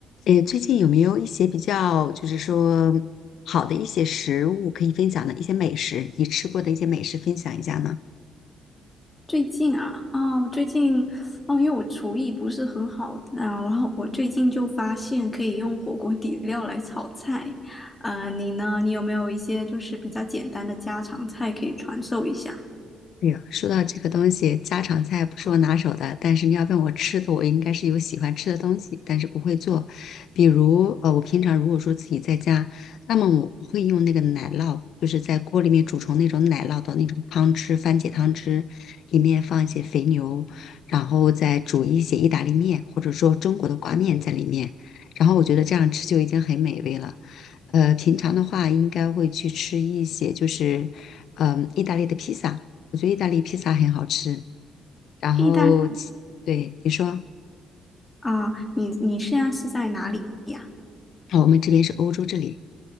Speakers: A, on the left; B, on the left.
A: 诶，最近有没有一些比较，就是说好的一些食物可以分享的一些美食，你吃过的一些美食分享一下呢？
B: 最近啊，啊、我最近哦，因为我厨艺不是很好啊，然后我最近就发现可以用火锅底料来炒菜，呃，你呢？你有没有一些就是比较简单的家常菜可以传授一下？
A: 哎呀，说到这个东西，家常菜不是我拿手的，但是你要问我吃的，我应该是有喜欢吃的东西，但是不会做。比如，呃，我平常如果说自己在家，那么我会用那个奶酪，就是在锅里面煮成那种奶酪的那种汤汁，番茄汤汁，里面放一些肥牛，然后再煮一些意大利面，或者说中国的挂面在里面，然后我觉得这样吃就已经很美味了。呃，平常的话应该会去吃一些，就是，嗯，意大利的披萨。我觉得意大利披萨很好吃。然后
B: 意大利
A: 对你说，
B: 啊，你你现在是在哪里呀？
A: 哦，我们这边是欧洲这里，